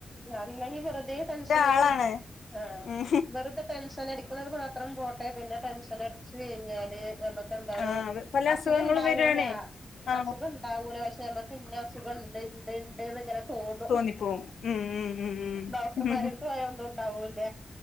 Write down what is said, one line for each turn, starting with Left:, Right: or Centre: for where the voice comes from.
Centre: ഞാനലേങ്കിൽ വെറുതെ ടെൻഷൻ ആയിട്ട്
Left: ആളാണ്
Centre: ആഹ്
Left: ഉം
Centre: വെറുതെ ടെൻഷൻ അടിക്കുന്നത് മാത്രം പോട്ട പിന്നെ ടെൻഷൻ അടിച്ചു കഴിഞ്ഞാല് നമ്മ്ക്ക് എന്താണ്
Left: ആ പല
Centre: അസുഖം
Left: അസുഖങ്ങളും
Centre: ഉണ്ടാവൂല
Left: വരാണേ ആ
Centre: അസുഖം ഉണ്ടാവൂല പക്ഷെ നമുക്ക് ഇന്ന അസുഖം ഉണ്ട് ഉണ്ട് ഉണ്ട് എന്നിങ്ങനെ തോന്നു
Left: തോന്നിപ്പോവും ഉം ഉം ഉം
Centre: ഡോക്ടർമാരടുത്ത്
Left: ഉം
Centre: പോയാ ഒന്നും ഉണ്ടാവൂല്ല